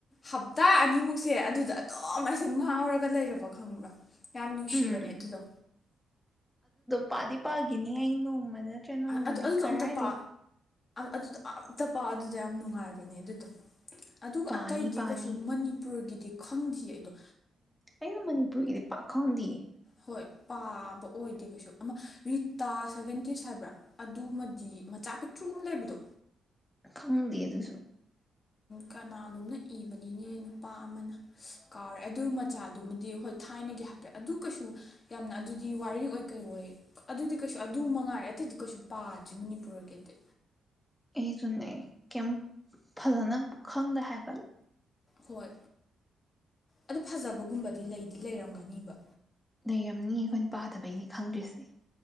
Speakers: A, on the left; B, in the centre.
A: ꯍꯞꯇꯥ ꯑꯅꯤ ꯃꯨꯛ ꯑꯗꯨꯗ ꯑꯗꯨꯝ ꯑꯩꯁꯦ ꯉꯥꯎꯔꯒ ꯂꯩꯔꯕ ꯈꯪꯕ꯭ꯔꯥ ꯌꯥꯝ ꯅꯨꯡꯁꯤꯕꯅꯦ
B: ꯎꯝ
A: ꯑꯗꯨꯗꯣ
B: ꯄꯥꯗꯤꯄꯥꯒꯤꯅꯤ ꯑꯩ ꯅꯣꯡ ꯃꯅꯠꯇ꯭ꯔ ꯅꯣꯡꯃꯗꯤ
A: ꯑꯗꯨ ꯑꯗꯨꯗꯣ
B: ꯀꯔꯥꯏꯗꯒꯤ
A: ꯑꯝꯇ ꯄꯥ ꯑꯗꯨꯗꯣ ꯑꯝꯇ ꯄ ꯑꯗꯨꯗ ꯌꯥꯝ ꯅꯨꯡꯉꯥꯏꯕꯅꯦ ꯑꯗꯨꯗꯣ ꯑꯗꯨꯒ
B: ꯄꯥꯅꯤ
A: ꯑꯇꯩꯗꯤ
B: ꯄꯥꯅꯤ
A: ꯀꯩꯁꯨ ꯃꯅꯤꯄꯨꯔꯒꯤ ꯈꯪꯗ꯭ꯌꯦ ꯑꯗꯣ
B: ꯑꯩꯅ ꯃꯅꯤꯄꯨꯔꯒꯤꯗꯤ ꯄꯥꯛꯈꯪꯗꯦꯌꯦ
A: ꯍꯣꯏ ꯄꯥꯕ ꯑꯣꯏꯗꯦ ꯀꯩꯁꯨ ꯑꯃ ꯔꯤꯇꯥ ꯁꯚꯦꯟꯇꯤꯁ ꯍꯥꯏꯕ꯭ꯔꯥ ꯑꯗꯨꯃꯗꯤ ꯃꯆꯥ ꯄꯤꯛꯇ꯭ꯔꯨ ꯑꯃ ꯂꯩꯕꯗꯣ
B: ꯈꯪꯗꯦ ꯑꯗꯨꯨꯁꯨ
A: ꯀꯅꯥꯅꯣꯝꯅ ꯏꯕꯅꯤꯅꯦ ꯅꯨꯄꯥ ꯑꯃꯅ ꯀꯥꯎꯔꯦ ꯑꯗꯨ ꯃꯆꯥꯗꯨꯃꯗꯤ ꯍꯣꯏ ꯊꯥꯏꯅꯒꯤ ꯍꯥꯏꯐꯦꯠ ꯑꯗꯨ ꯀꯩꯁꯨ ꯌꯥꯝꯅ ꯑꯗꯨꯗꯤ ꯋꯥꯔꯤ ꯑꯣꯏ ꯀꯩ ꯑꯣꯏ ꯑꯗꯨꯗꯤ ꯀꯩꯁꯨ ꯑꯗꯨ ꯃꯉꯥꯏꯔꯦ ꯑꯗꯨꯗꯤ ꯀꯩꯁꯨ ꯄꯥꯗ꯭ꯔꯤ ꯃꯅꯤꯄꯨꯔꯒꯤꯗꯤ
B: ꯑꯩꯁꯨꯅꯦ ꯀꯩꯝ ꯐꯖꯅ ꯈꯪꯗꯦ ꯍꯥꯏꯕ
A: ꯍꯣꯏ ꯑꯗꯨ ꯐꯖꯕꯒꯨꯝꯕꯗꯤ ꯂꯩꯗꯤ ꯂꯩꯔꯝꯒꯅꯤꯕ
B: ꯂꯩꯔꯝꯅꯤ ꯑꯩꯈꯣꯏꯅ ꯄꯥꯗꯕꯩꯅꯦ ꯈꯪꯗ꯭ꯔꯤꯁꯦ